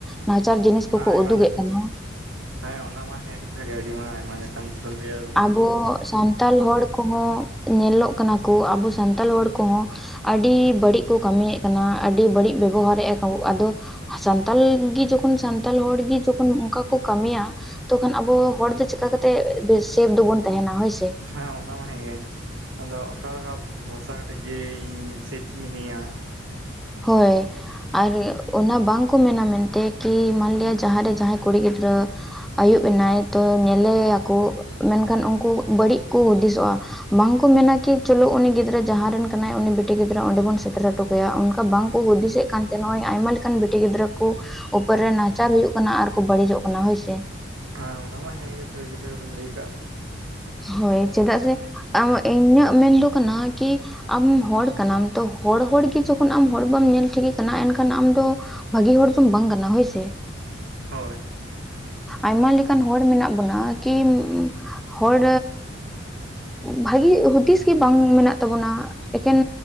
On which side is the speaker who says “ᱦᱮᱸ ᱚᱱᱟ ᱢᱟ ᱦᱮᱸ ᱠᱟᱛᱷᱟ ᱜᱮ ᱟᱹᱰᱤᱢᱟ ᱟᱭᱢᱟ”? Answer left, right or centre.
Right